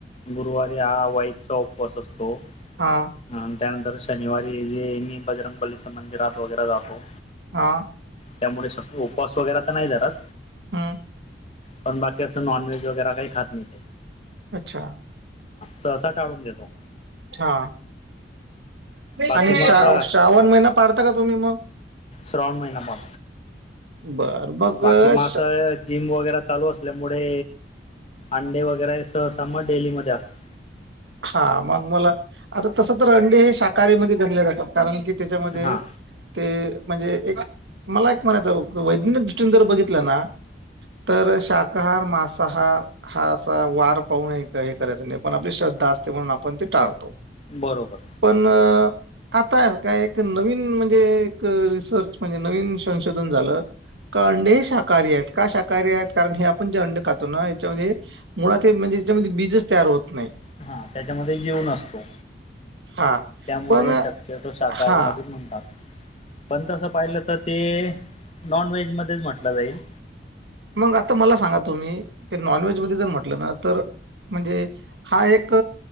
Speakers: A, on the left; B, on the right.
A: गुरुवारी हा वाईकचा उपवास असतो अ
B: हा
A: त्यानंतर शनिवारी जे मी बजरंगबलीच्या मंदिरात वगैरे जातो
B: हा
A: त्यामुळे श उपवास वगैरे तर नाही जरात
B: हा
A: पण बाकी असं नॉनव्हेज वगैरे काही खात नाही
B: अच्छा
A: ससा टाळून देतो
B: हा
A: बाकी
B: आणि
A: मग
B: श
A: आता
B: श्रावन महिना पाडता का तुम्ही मग
A: श्रवण महिनामा
B: बर मग
A: बाकी माता
B: श्रा
A: जिम वगैरे चालू असल्यामुळे अंडे वगैरे सहसा म डेलीमध्येध्ये असत
B: हा मग मला आता तस तर अंडे हे शाकाहारीमध्ये गनले जातात कारण की त्याच्यामध्ये
A: हा
B: ते म्हणजे एक मला एक म्हणायचं वैज्ञानिक दृष्टीन जर बघितलं ना तर शाकाहार मांसाहार हा असा वार पाहून हे करायच नाही पण आपली श्रद्धा असते म्हणून आपण ते टाळतो
A: बरोबर
B: पण आता काय एक नवीन म्हणजे एक रिसर्च म्हणजे नवीन संशोधन झालं का अंडे शाकाहारी आहेत का शाकाहारी आहेत कारण हे आपण जे अंड खातो ना याच्यामध्ये मुळात म्हणजे त्याच्या बीजच तयार होत नाही
A: हा त्याच्यामध्ये जीव नसतो
B: हा
A: त्यामुळे
B: पण
A: शक्य तो शाकाहारी
B: हा
A: मच म्हणतात पण तसं पाहिलं तर ते नॉन व्हेज मध्येच म्हटलं जाईल
B: मग आता मला सांगा तुम्ही नॉनव्हेज म जर म्हटलं ना तर म्हणजे हा एक एक